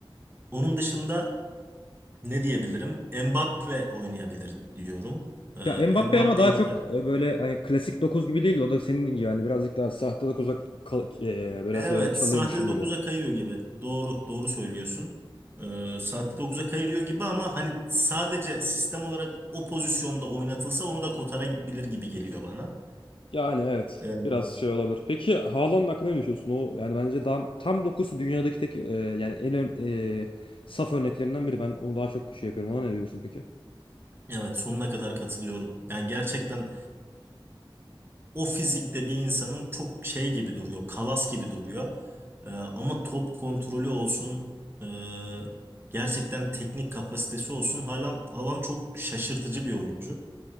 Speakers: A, on the right; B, on the left.
A: Onun dışında ne diyebilirim? Mbappe oynayabilir diyorum.
B: Ya Mbappe
A: Ee, Mbappe'yi
B: ama daha çok
A: o kadar.
B: e, böyle hani klasik 9 gibi değil de o da senin gibi hani birazcık daha sahte 9'a kal- e, biraz
A: Evet,
B: böyle çalıyormuş
A: sahte
B: gibi
A: dokuz'a
B: geliyor.
A: kayıyor gibi. Doğru, doğru söylüyorsun. Ee, sahte 9'a kayıyor gibi ama hani sadece sistem olarak o pozisyonda oynatılsa onu da kotara gidebilir gibi geliyor bana.
B: Yani evet.
A: Ee,
B: Biraz şey olabilir. Peki Haaland'ın hakkında ne düşünüyorsun? O yani bence daha tam dokusu dünyadaki tek e, yani en ön, e, saf örneklerinden biri. Ben onu daha çok şey yapıyorum. Ona ne diyorsun peki?
A: evet, sonuna kadar katılıyorum. Yani gerçekten o fizikte bir insanın çok şey gibi duruyor, kalas gibi duruyor. Ee, ama top kontrolü olsun, e, gerçekten teknik kapasitesi olsun. Haaland, Haaland çok şaşırtıcı bir oyuncu.